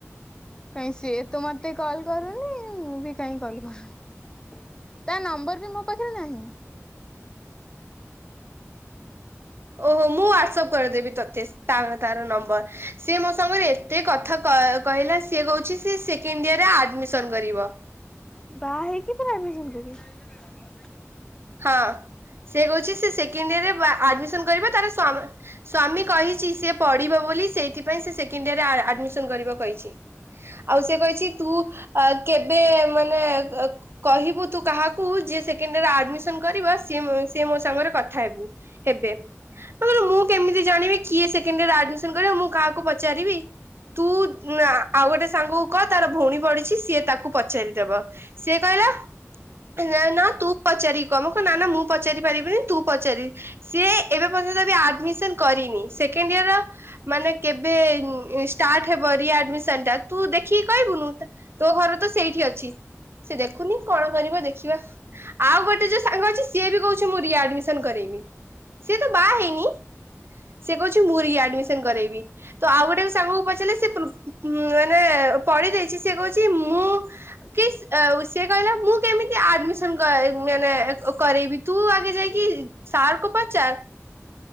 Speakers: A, on the left; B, on the right.
A: କାହିଁ ସିଏ ତ ମତେ କଲ୍ କରୁନି। ମୁଁ ବି କାହିଁ କଲ୍ କରୁନି। ତା ନମ୍ବର ବି ମୋ ପାଖରେ ନାହିଁ।
B: ଓହୋ ମୁଁ ହ୍ଵାଟସଆପ୍ କରିଦେବି ତତେ ତାର ନମ୍ବର ସିଏ ମୋ ସାଙ୍ଗରେ ଏତେ କଥା କ କହିଲା ସିଏ କହୁଛି ସେକଣ୍ଡ ଇଅରରେ ଆଡମିସନ କରିବ।
A: ବାହା ହେଇକି ପୁଣି ଆଡମିଶନ୍ କରିବ?
B: ହଁ ସେ କହୁଛି ସେ ସେକେଣ୍ଡ ଇଅରରେ ବା ଆଡ଼ମିଶନ ମିଶନ କରିବ ତାର ସ୍ଵାମୀ ସ୍ଵାମୀ କହିଛି ସିଏ ପଢିବ ବୋଲି ସେଇଥିପାଇଁ ସିଏ ସେକେଣ୍ଡ ଇଅର‌‌‌ ରେ ଆଡ଼ମିଶନ କରି କରିବ କହିଛି ଆଉ ସେ କହିଛି ତୁ ଅ କେବେ ମାନେ ଏ କହିବୁ ତୁ କାହାକୁ ଯିଏ ସେକେଣ୍ଡ ଇଅର ଆଡ଼ମିଶନ ଯିଏ ଆଡ଼ମିଶନ କରିବ ସିଏ ମୋ ସହିତ ସେ ମୋ ସାଙ୍ଗରେ କଥା ହେବୁ ହେବେ। ନହେଲେ ମୁଁ କେମୀତି ଜାଣିବି କିଏ ସେକେଣ୍ଡ ଇଅର ଆଡ଼ମିଶନ କରିବ ମୁଁ କାହାକୁ ପଚାରିବି ତୁ ଆ ଆଉ ଗୋଟେ ସାଙ୍ଗକୁ କହ ତାର ଭଉଣୀ ପଢିଛି। ସିଏ ତାକୁ ପଚାରିଦବ ସିଏ କହିଲା ନା ନା ତୁ ପଚାରିକି କଇମ୍ କ ନା ନା ମୁଁ ପଚାରି ପାରିବିନି ତୁ ପଚାରେ ସିଏ ଏବେ ପର୍ଯ୍ୟନ୍ତବି ଆଡମିସନ୍ କରିନି। ସେକେଣ୍ଡ ଇଅର ମାନେ କେବେ ଷ୍ଟାର୍ଟ ହେବ ରି ଆଡମିଶନ୍ ଟା ତୁ ଦେଖ ଦେଖିକି କହିବୁନୁ ତୋ ଘରେ ତ ସେଇଠି ଅଛି। ସେ ଦେଖୁନି କଣ କରିବ ଦେଖିବା ଆଉ ଗୋଟେ ଯେ ସାଙ୍ଗ ଅଛି ସିଏ ବି କହୁଛି ମୁଁ ରିଆଡମିସନ କରିବି। ସିଏ ତ ବାହା ହେଇନି ସେ କହୁଛି ମୁଁ ରିଆଡମିସନ କରାଇବି ତ ଆଉ ଗୋଟେ ସାଙ୍ଗକୁ ପଚାରିଲେ ସେ ପୁ ମାନେ ପଢି ଦେଇଛି ସେ କହୁଛି ମୁଁ କି କହିଲା ମୁଁ କେମିତି ଆଡମିନ କ ମାନେ କ୍ କ କରେଇବି ତୁ ଆଗେ ଯାଇକି ସାର୍ ଙ୍କୁ ପାଚାର